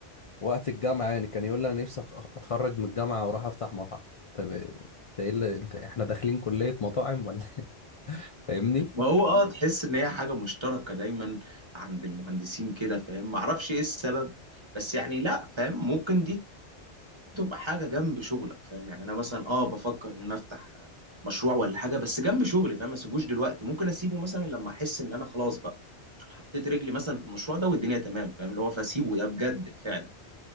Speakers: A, on the left (about 40°); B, on the right (about 25°).
A: وقت الجامعة يعني كان يقول لي أنا نفسي أخ- أتخرج من الجامعة وأروح أفتح مطعم طب إيه- ده إيه اللي أنت إحنا داخلين كلية مطاعم ولا <laughs> إيه؟ فاهمني؟
B: ما هو اه تحس ان هي حاجه مشتركه دايما عند المهندسين كده فاهم ما اعرفش ايه السبب بس يعني لا فاهم ممكن دي تبقى حاجه جنب شغلك فاهم يعني انا مثلا اه بفكر ان انا افتح مشروع ولا حاجه بس جنب شغلي فاهم ما اسيبوش دلوقتي ممكن اسيبه مثلا لما احس ان انا خلاص بقى حطيت رجلي مثلا في المشروع ده والدنيا تمام فاهم اللي هو فاسيبه ده بجد فعلا